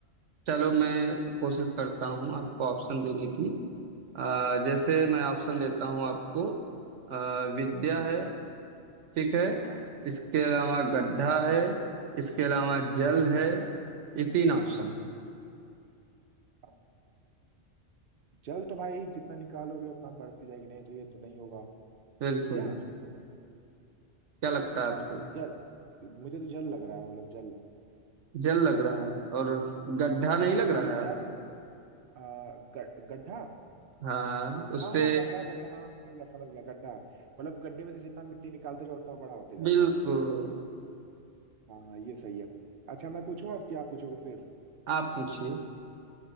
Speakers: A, on the right (about 80°); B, on the right (about 55°).
A: चलो मैं कोशिश करता हूँ आपको ऑप्शन देने की अ, जैसे मैं ऑप्शन देता हूँ आपको अ, विद्या है ठीक है
B: हाँ
A: इसके अलावा गड्ढा है इसके अलावा जल
B: हाँ
A: है ये तीन ऑप्शन है
B: हाँ। जल तो भाई जितना निकालोगे उतना बढ़ती जाएगी नहीं तो ये तो नहीं होगा
A: बिल्कुल
B: विद्या
A: क्या लगता है आपको
B: जल मुझे तो जल लग रहा है मतलब जल
A: जल लग रहा है और गड्ढा नहीं लग रहा
B: विद्या
A: है आप
B: आ, ग- गड्ढा
A: हाँ उससे
B: हाँ हाँ गड्ढा गड्ढा हाँ समझ गया समझ गया गड्ढा मतलब गड्ढे में से जितना मिट्टी निकालते जाओ उतना बड़ा होते जाता
A: बिल्कुल
B: है हाँ हाँ ये सही है अच्छा मैं पूछूं अब क्या पूछोगे फिर
A: आप पूछिए